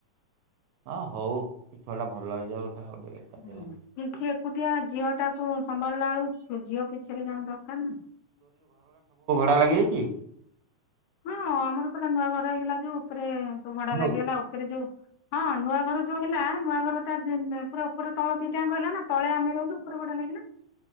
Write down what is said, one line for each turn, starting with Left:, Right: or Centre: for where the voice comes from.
Right: ହଁ ହଉ ଏ ଛୁଆ ଟା ଭଲ ହେଇଯାଉ। ଶାଳା ଗୋଟେ ବେକାର
Left: ହୁଁ
Right: ଟା ହେଲା
Left: ପିଙ୍କି ଏକ କୁଟିଆ ଅଛ ଝିଅ ଟାକୁ ସମ୍ଭାଳିଲା ବେଳୁ ଝିଅ ପିଛରେ ଜଣ ଦରକାର ନା।
Right: ଡ଼ା ଲାଗି ଯାଇଛି?
Left: ହଁ ଆମର ପୁରା ନୂଆ ଘର ହେଇଗଲା ଯୋଉ ଉପରେ ସବୁ ଭଡ଼ା
Right: ହଁ
Left: ଲାଗିଗଲା ଉପରେ ଯୋଉ ହଁ ନୂଆ ଘର ଯୋଉ ହେଲା ନୂଆ ଘର ଟା ପୁରା ଉପରେ ତଳ ଦି ଟାଙ୍କ ହେଲା ନା ତଳେ ଆମେ ରହିଲୁ ଉପର ଭଡ଼ା ଲାଗିଲା।